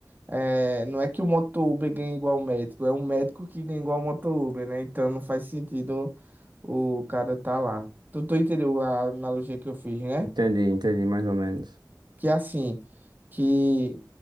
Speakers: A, on the right; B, on the right.
A: é, não é que o moto Uber ganha igual o médico, é o médico que ganha igual o moto Uber, né? Então não faz sentido o cara tá lá. Tu, tu entendeu a analogia que eu fiz, né?
B: Entendi, entendi mais ou menos.
A: que é assim, que